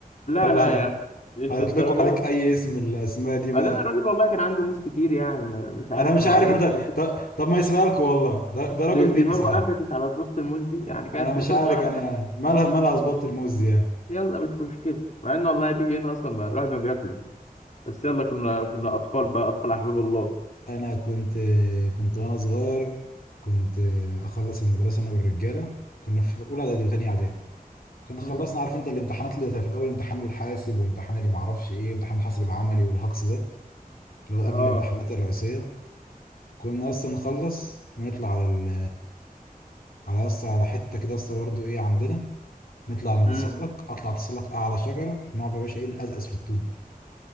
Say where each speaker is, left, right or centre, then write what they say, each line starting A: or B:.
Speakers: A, on the left (about 50°); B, on the left (about 70°).
A: لا
B: ولا
A: لا يا اخي مش
B: هيطلقوا
A: للدرجات
B: عليك اي اسم من الاسماء دي بقى
A: بعدين الراجل والله كان عنده موس كتير يعني ما- مش عارف
B: انا مش
A: هو
B: عارف
A: جت
B: انت
A: على طول
B: طب, طب ما يسمع لكم والله ده ده راجل
A: د-
B: ديني
A: دماغه
B: صحيح
A: قفشت على طبخة الموس دي يعني
B: انا
A: كانت
B: مش
A: موتة
B: عارف
A: صغيرة
B: انا يعني مالها مالها اظبط الموز دي يعني
A: يلا مش مشكلة مع انه والله بيجي هنا اصلا ما- الواحد ما بياكله بس يلا كنا كنا اطفال بقى اطفال احباب الله
B: انا كنت كنت وانا صغير كنت اخلص المدرسه انا والرجاله كنا في اولى اعدادي وثانيه اعدادي كنا خلصنا
A: مم.
B: عارف انت الامتحانات اللي في الاول امتحان الحاسب وامتحان اللي معرفش ايه وامتحان الحاسب العملي والهكس ده اللي هو قبل
A: اه
B: الامتحانات الرئيسيه كنا اصلا نخلص ونطلع على ال على اصلا على حته كده اصلا برضه ايه عندنا نطلع نتسلق
A: امم
B: اطلع اتسلق اعلى شجره نقعد بقى يا باشا ايه نقزقز في التوت بقى